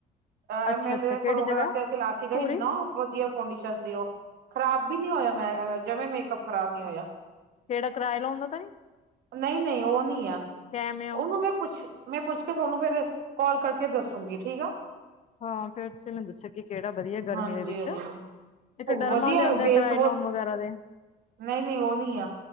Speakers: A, on the right; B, on the left.
A: ਐਮ
B: ਅੱਛਾ-ਅੱਛਾ
A: ਐਲ ਏ ਦੇ
B: ਕਿਹੜੀ
A: ਪ੍ਰੋਗਰਾਮ
B: ਜਗ੍ਹਾ
A: ਤੇ ਅਸੀਂ ਲਾ ਕੇ ਗਏ
B: ਧੂਰੀ
A: ਇੰਨਾ ਵਧੀਆ ਫਾਊਂਡੇਸ਼ਨ ਸੀ, ਉਹ ਖਰਾਬ ਵੀ ਨਹੀਂ ਹੋਇਆ ਮੈਂ ਜਿਵੇਂ ਮੇਕਅਪ ਖ਼ਰਾਬ ਨਹੀਂ ਹੋਇਆ।
B: ਕਿਹੜਾ ਕਿਰਾਏ ਲਾਉਂਦਾ ਤਾਂ ਨੀ
A: ਨਹੀਂ ਨਹੀਂ ਉਹ ਨਹੀਂ ਆ,
B: ਕੈਮੇ
A: ਉਹਨੂੰ
B: ਓ
A: ਮੈਂ ਪੁੱਛ ਮੈਂ ਪੁੱਛ ਕੇ ਤੁਹਾਨੂੰ ਫਿਰ ਕਾਲ ਕਰਕੇ ਦੱਸੂਗੀ, ਠੀਕ ਆ।
B: ਹਾਂ, ਫੇਰ ਤੁਸੀਂ ਮੈਨੂੰ ਦੱਸਿਆ ਕਿ ਕਿਹੜਾ ਵਧੀਆ ਗਰਮੀ
A: ਹਾਂਜੀ
B: ਦੇ ਵਿੱਚ।
A: ਹਾਂਜੀ
B: ਇੱਕ ਡਰਮਾਂ
A: ਵਧੀਆ
B: ਦੇ ਆਉਂਦੇ ਆ,
A: ਬੇਸ
B: ਕਿਰਾਏ ਲੋਨ ਵਗੈਰਾ ਦੇ।
A: ਨਹੀਂ ਨਹੀਂ ਉਹ ਨਹੀਂ ਆ,